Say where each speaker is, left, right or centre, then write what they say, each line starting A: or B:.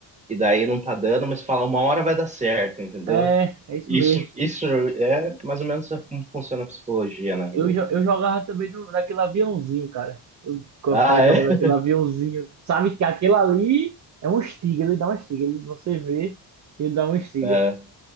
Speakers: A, on the right; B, on the right.
A: e daí não tá dando, mas fala, uma hora vai dar certo, entendeu?
B: É, é isso
A: Isso,
B: mesmo.
A: isso é mais ou menos como funciona a psicologia, né?
B: Eu,
A: Do,
B: jo- eu jogava também no, naquele aviãozinho, cara. Eu gostava
A: ah,
B: de
A: é.
B: jogar naquele aviãozinho. Sabe que aquele ali é um estiga, ele dá um estiga. Ele, você vê, ele dá um estiga.
A: <laughs>